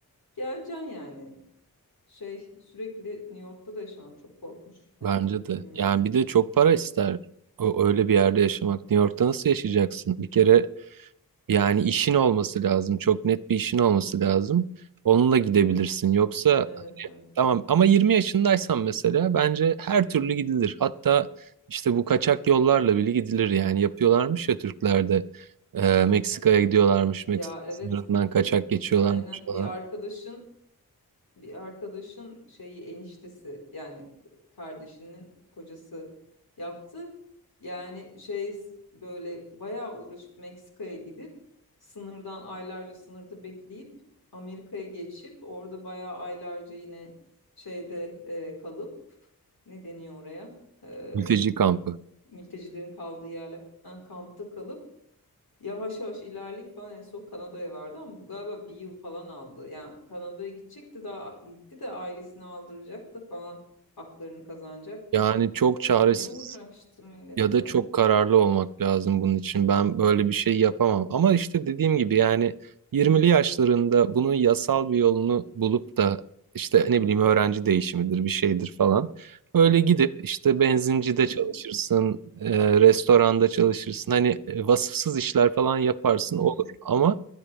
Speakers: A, on the left; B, on the right.
A: geleceksin yani şey sürekli New York'ta da yaşamak çok korkunç herhalde
B: bence de.
A: bilmiyorum
B: Yani bir de çok para ister. O, öyle bir yerde yaşamak. New York'ta nasıl yaşayacaksın? Bir kere yani işin olması lazım. Çok net bir işin olması lazım. Onunla gidebilirsin. Yoksa
A: evet evet
B: tamam ama 20 yaşındaysan mesela bence her türlü gidilir. Hatta işte bu kaçak yollarla bile gidilir yani. Yapıyorlarmış ya Türklerde. Ee, Meksika'ya gidiyorlarmış. Meksika
A: ya evet
B: sınırından kaçak geçiyorlarmış
A: Aynen.
B: falan.
A: Bir arkadaşın bir arkadaşın şeyi eniştesi yani kardeşinin kocası yaptı. Yani şey böyle bayağı uğraşıp Meksika'ya gidip sınırdan aylarca sınırda bekleyip Amerika'ya geçip orada bayağı aylarca yine şeyde e, kalıp ne deniyor oraya? E,
B: Mülteci kampı.
A: mültecilerin kaldığı yerler. Ha, kampta kalıp yavaş yavaş ilerleyip falan en son Kanada'ya vardı ama bu galiba bir yıl falan aldı. Yani Kanada'ya gidecekti daha gitti de ailesini aldıracak da falan haklarını kazanacak
B: Yani
A: da.
B: çok çaresiz
A: Ne uğraştı millet
B: Ya da
A: ya.
B: çok kararlı olmak lazım bunun için. Ben böyle bir şey yapamam. Ama işte dediğim gibi yani 20'li yaşlarında bunun yasal bir yolunu bulup da işte ne bileyim öğrenci değişimidir bir şeydir falan. Öyle gidip işte benzincide
A: Hı,
B: çalışırsın, e, restoranda çalışırsın. Hani e, vasıfsız işler falan yaparsın
A: hı.
B: olur. Ama